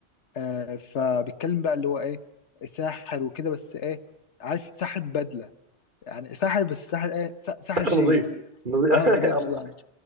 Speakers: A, on the left; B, on the right.
A: آه فبيتكلم بقى اللي هو ايه ساحر وكده بس ايه عارف ساحر بدلة يعني ساحر بس ساحر ايه سا- ساحر
B: سحر
A: شيك
B: نظيف نظيف <laughs>
A: اه بجد
B: الله
A: يعني
B: عليك